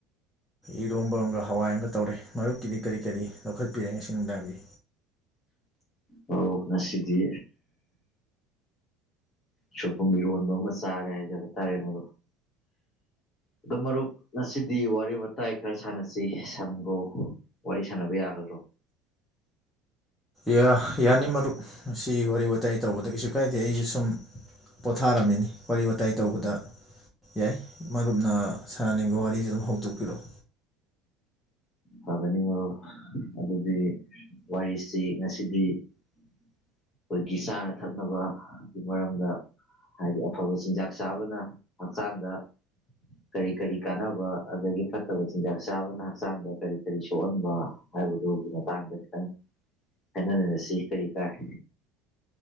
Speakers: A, in the centre; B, on the left.
A: ꯏꯔꯣꯝꯕ ꯑꯃꯒ ꯍꯋꯥꯏ ꯑꯃꯒ ꯇꯧꯔꯦ ꯃꯔꯨꯞꯀꯤꯗꯤ ꯀꯔꯤ ꯀꯔꯤ ꯂꯧꯈꯠꯄꯤꯔꯦ ꯉꯁꯤ ꯅꯨꯡꯗꯥꯡꯒꯤ
B: ꯍ ꯉꯁꯤꯗꯤ ꯁꯣꯏꯄꯨꯝ ꯏꯔꯣꯟꯕ ꯑꯃ ꯆꯥꯔꯦ ꯍꯥꯏꯖꯕ ꯇꯥꯔꯦ ꯃꯣ ꯑꯗꯣ ꯃꯔꯨꯞ ꯉꯁꯤꯗꯤ ꯋꯥꯔꯤ ꯋꯥꯇꯥꯏ ꯈꯔ ꯁꯥꯟꯅꯁꯤ ꯁꯪꯒꯣ ꯋꯥꯔꯤ ꯁꯥꯟꯅꯕ ꯌꯥꯒꯗ꯭ꯔꯣ
A: ꯌꯥ ꯌꯥꯅꯤ ꯃꯔꯔ ꯁꯤ ꯋꯥꯔꯤ ꯋꯥꯇꯥꯏ ꯇꯧꯕꯗ ꯀꯩꯁꯨ ꯀꯥꯏꯗꯦ ꯑꯩꯁꯨ ꯁꯨꯝ ꯄꯣꯊꯥꯔꯝꯃꯤꯅꯤ ꯋꯥꯔꯤ ꯋꯥꯇꯥꯏ ꯇꯧꯕꯗ ꯌꯥꯏ ꯃꯔꯨꯞꯅ ꯁꯥꯥꯟꯅꯤꯡꯕ ꯋꯥꯔꯤꯁꯨ ꯑꯗꯨꯝ ꯍꯧꯗꯣꯛꯄꯤꯔꯛꯑꯣ
B: ꯐꯒꯅꯤ ꯃꯔꯣ ꯑꯗꯨꯗꯤ ꯋꯥꯔꯤꯁꯤ ꯉꯁꯤꯗꯤ ꯑꯩꯈꯣꯏꯒꯤ ꯆꯥꯅ ꯊꯛꯅꯕꯒꯤ ꯃꯔꯝꯗ ꯍꯥꯏꯗꯤ ꯑꯐꯕ ꯆꯤꯟꯖꯥꯛ ꯆꯥꯕꯅ ꯍꯛꯆꯥꯡꯗ ꯀꯔꯤ ꯀꯔꯤ ꯀꯥꯟꯅꯕ ꯑꯗꯒꯤ ꯐꯠꯇꯕ ꯆꯤꯟꯖꯥꯛ ꯆꯥꯕꯅ ꯍꯛꯆꯥꯡꯗ ꯀꯔꯤ ꯀꯔꯤ ꯁꯣꯛꯍꯟꯕ ꯍꯥꯏꯕꯗꯨꯒꯤ ꯃꯇꯥꯡꯗ ꯈꯤꯇꯪ ꯍꯥꯏꯅꯃꯤꯔꯁꯤ ꯀꯔꯤ ꯀꯥꯏ